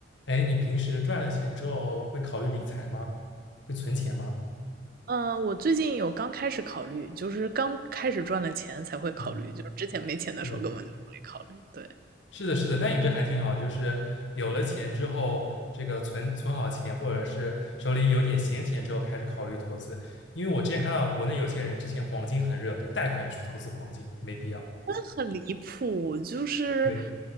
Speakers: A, on the left (about 75°); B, on the right (about 50°).
A: 哎，你平时赚了钱之后会考虑理财吗？会存钱吗？
B: 嗯，我最近有刚开始考虑，就是刚开始赚了钱才会考虑，
A: 嗯，
B: 就是之前没钱的时候根本就没考虑。
A: 对，
B: 对，
A: 是的，是的，那你这还挺好，就是有了钱之后，这个存存好钱，或者是手里有点闲钱之后，开始考虑投资。因为我之前看到国内有些人之前黄金很热，就贷款去投资黄金，没必要。
B: 那很离谱，就是
A: 对，